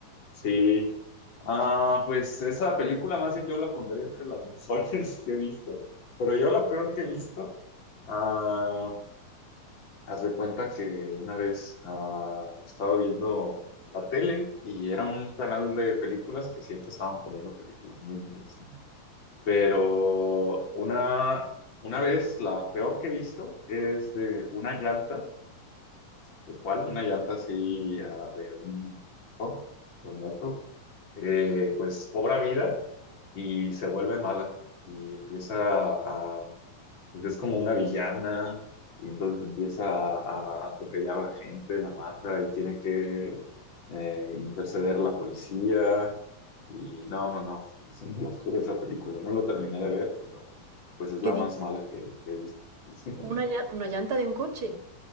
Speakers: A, on the left (about 35°); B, on the right (about 45°).
A: sí. Ah, pues esa película más bien yo la pondré entre las mejores <laughs> que he visto, pero yo la peor que he visto, ah, haz de cuenta que una vez ah, estaba viendo la tele y era un canal de películas que siempre estaban poniendo películas muy malas. Pero una, una vez, la peor que he visto es de una llanta, ¿de cuál? Una llanta así ah, de un, ¿no? de un auto, eh, pues cobra vida y se vuelve mala y empieza a pues es como una villana y entonces empieza a, a atropellar a la gente, la mata y tiene que eh, interceder la policía. Y no, no, no, es una locura esa película. No la terminé de ver, pero pues es
B: ¿Qué
A: la
B: dices?
A: más mala que, que he visto. <laughs>
B: ¿Una, llan- una llanta de un coche?